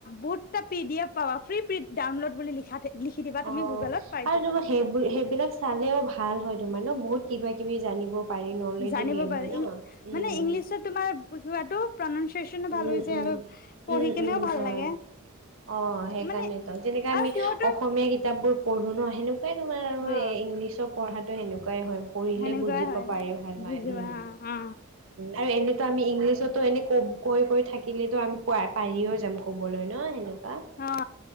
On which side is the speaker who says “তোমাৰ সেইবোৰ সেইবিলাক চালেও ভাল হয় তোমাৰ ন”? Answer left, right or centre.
Right